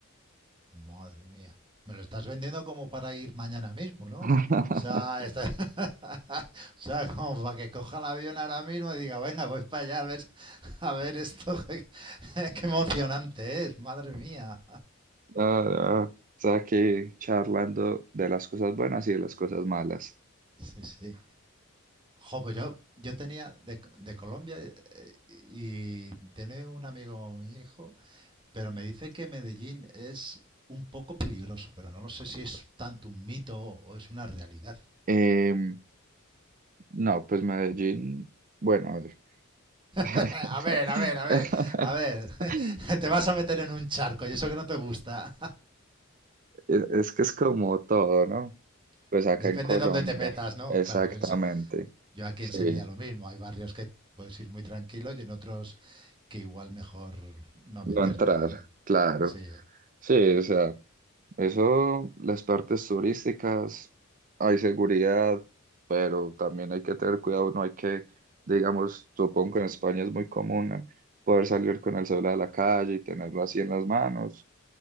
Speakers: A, on the right; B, on the right.
A: Madre mía. Me lo estás vendiendo como para ir mañana mismo, ¿no?
B: <laughs>
A: O sea, está- <laughs> o sea, como para que coja el avión ahora mismo y diga, venga, voy para allá a ver, a ver esto, <laughs> qué emocionante es, madre mía.
B: Ah, ah, o sea, aquí charlando de las cosas buenas y de las cosas malas.
A: Sí, sí. Jo, pues yo, yo tenía de, de Colombia eh, y tiene un amigo, mi hijo, pero me dice que Medellín es un poco peligroso, pero no lo sé si es tanto un mito o es una realidad.
B: Em, No, pues Medellín, bueno, a ver. <laughs>
A: Eh, A ver, a ver, a ver, a ver. <laughs> Te vas a meter en un charco y eso que no te gusta.
B: Es es que es como todo, ¿no?
A: <laughs>
B: Pues acá
A: Depende
B: en Colombia,
A: de dónde te metas, ¿no?
B: exactamente.
A: Claro, yo, en Se- yo aquí
B: Sí,
A: en Sevilla lo mismo. Hay barrios que puedes ir muy tranquilo y en otros que igual mejor no
B: no
A: meterte.
B: entrar,
A: ¿eh?
B: claro.
A: Sí,
B: Sí, o sea, eso, las partes turísticas, hay seguridad, pero también hay que tener cuidado, no hay que, digamos, supongo que en España es muy común ¿no? poder salir con el celular a la calle y tenerlo así en las manos.